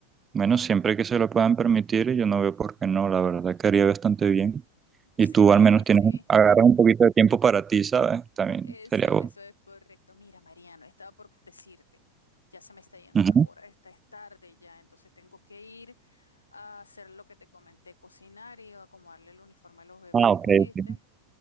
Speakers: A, on the right; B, on the left.
A: Bueno, siempre que se lo puedan permitir, yo no veo por qué no, la verdad, que haría bastante bien.
B: Sí,
A: Y tú al menos tienes,
B: sí.
A: agarras un poquito de tiempo para ti, ¿sabes? También
B: Eso,
A: sería bueno.
B: eso es correcto. Mira, Mariano, estaba por decirte, ya se me está yendo
A: Ujú.
B: la hora, esta es tarde ya, entonces tengo que ir a hacer lo que te comenté, cocinar y acomodarle el uniforme a los bebés,
A: Ah, ok,
B: ¿oíste?
A: ok.